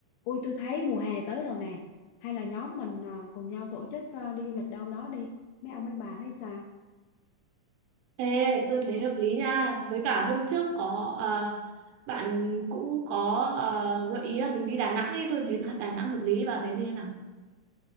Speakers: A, on the left; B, on the right.
A: Ui tôi thấy mùa hè tới rồi nè Hay là nhóm mình ờ, cùng nhau tổ chức ờ, đi du lịch đâu đó đi Mấy ông mấy bà thấy sao
B: Ê, tôi thấy hợp lý nha. Với cả hôm trước có ờ, bạn cũng có ờ, gợi ý là mình đi Đà Nẵng ấy, tôi thấy Đà Nẵng hợp lý bà thấy như thế nào?